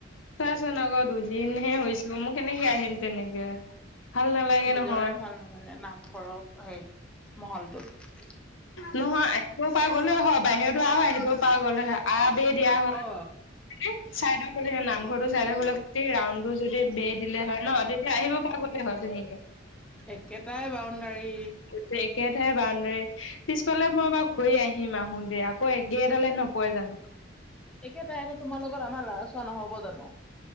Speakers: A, on the left; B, in the centre.
A: চোন আকৌ দুদিনহে হৈছিল মই কেনেকে আহিম তেনেকে। ভাল নালাগে
B: নিজৰে
A: নহয়
B: ভাল নালাগে নামঘৰ হেৰিত মহলটোত।
A: নহয়। আহিবও পৰা গ'লে হয়। বাহিৰত হোৱা হয় আহিবও পৰা গ'লে হয়। আঁৰ বেৰ দিয়া হয়।
B: অ
A: চাইদৰ ফালে নামঘৰটোৰ চাইদৰ ফালে গোটেই ৰাউনটো যদি বেৰ দিলে হয় ন তেতিয়া আহিব পৰা গ'লে হয় ধুনীয়াকে।
B: একেটাই বাউণ্ডাৰী।
A: গোটেই একেঠাই বা পিছফালে মই বাৰু ঘূৰি আহিম। আহোতে আকৌ একেডালে নপৰে জানো?
B: একেটাইতো তোমাৰ লগত আমাৰ ল'ৰা চোৱা নহ'ব জানো?